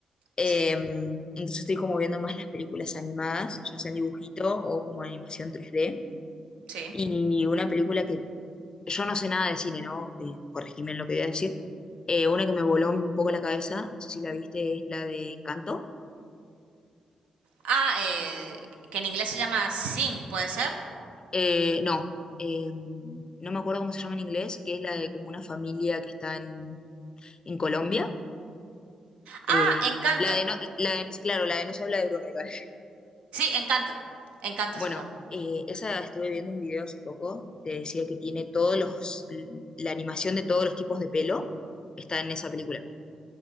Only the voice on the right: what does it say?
Sí,
sí.
Ah, eh, que en inglés se llama Sing, ¿puede ser?
Ah, Encanto.
Sí, Encanto. Encanto
se llama.